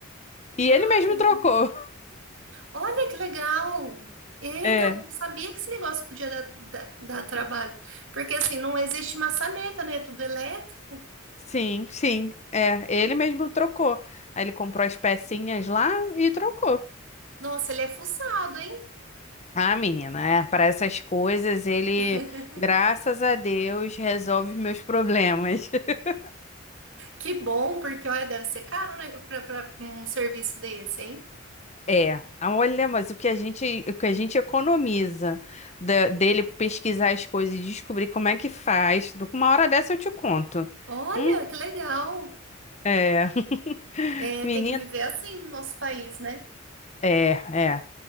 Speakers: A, on the left; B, on the right.
A: E
B: Ah,
A: ele mesmo
B: entendi.
A: trocou.
B: Olha que legal! É,
A: É.
B: então, eu não sabia que esse negócio podia dar, dar- dar trabalho. Porque, assim, não existe maçaneta, né? É Tudo elétrico.
A: Sim, sim. É, ele mesmo trocou. Aí ele comprou as pecinhas lá e trocou.
B: Nossa, ele é fuçado, hein?
A: Ah, menina, é, para essas coisas ele,
B: <laughs>
A: graças a Deus, resolve meus problemas. <laughs>
B: Que bom, porque, olha, deve ser caro, né? Para um serviço desse, hein?
A: É, ah, olha, mas o que a gente, o que a gente economiza da- dele pesquisar as coisas e descobrir como é que faz. Uma hora dessa eu te conto.
B: Olha,
A: Hum,
B: que legal!
A: é, <laughs>
B: É, tem que viver
A: menina,
B: assim no nosso país, né?
A: é, é.